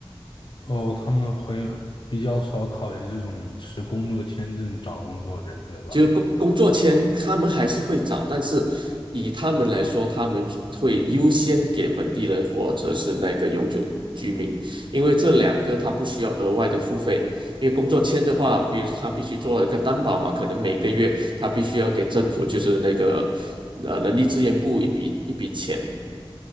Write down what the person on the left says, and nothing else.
哦，他们会比较少考虑这种持工作签证找工作的人，对吧？